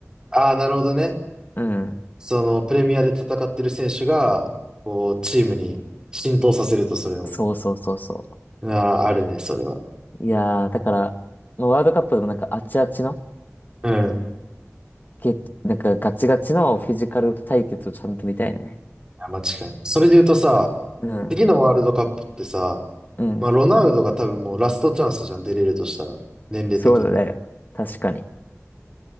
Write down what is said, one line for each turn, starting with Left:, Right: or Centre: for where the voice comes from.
Right: ああ、なるほどね。
Left: うん。
Right: そのプレミアで戦ってる選手が、こう、チームに浸透させるとそれを。
Left: そうそうそうそ
Right: ああ、あるね、それは。
Left: う。いやー、だから、もうワールドカップでもなんかあちあちの、
Right: うん。い
Left: げ、なんかガチガチのフィジカル対決をちゃんと見たいね。
Right: や間違いない。それで言うとさ、
Left: うん。
Right: 次のワールドカップってさ、
Left: うん。
Right: まあ、ロナウドが多分もうラストチャンスじゃん、出れるとしたら。年齢的に。
Left: そうだね。確かに。